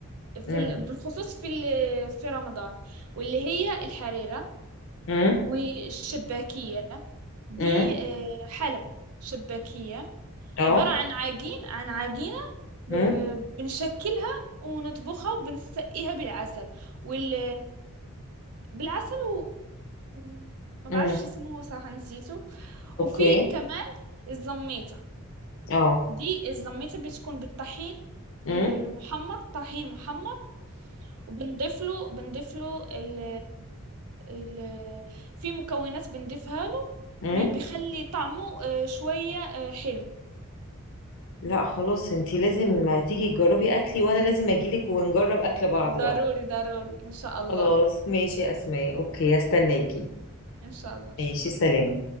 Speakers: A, on the right; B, on the left.
A: في
B: امم
A: ال... بالخصوص في ال... في رمضان واللي هي الحريرة
B: امم
A: والشباكية دي
B: امم
A: آه، حلة شباكية
B: اه
A: عبارة عن عجين عن عجينة ب...
B: امم
A: بنشكلها ونطبخها وبنسقيها بالعسل وال... بالعسل و... وال- ما
B: امم
A: بعرفش اسمه صراحة نسيته
B: اوكي
A: وفي كمان الزميتة
B: اه
A: دي الزميتة بتكون بالطحين
B: امم
A: المحمر طحين محمر وبنضيف له بنضيف له ال ال ال- في مكونات بنضيفها له
B: امم
A: بي- بيخلي طعمه آه، شوية آه، حلو
B: لا خلاص انتي لازم تيجي تجربي اكلي وانا لازم اجيلك ونجرب اكل بعض بقى
A: ضروري ضروري إن شاء الله
B: خلاص ماشي يا اسماء اوكي هستناكي
A: إن شاء الله شكرا
B: ماشي سلام